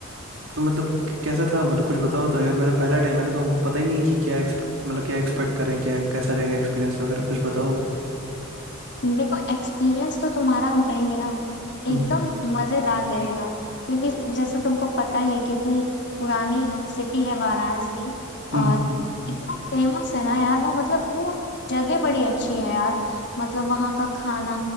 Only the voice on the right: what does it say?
तो मतलब कैसा था मतलब कुछ बताओ तो यार मेरा पहला टाइम है ना तो हमको पता ही नहीं है कि क्या एक्सपेक्ट मतलब क्या एक्सपेक्ट करें क्या कैसा रहेगा एक्सपीरियंस वगैरह कुछ बताओ
हम्म
हम्म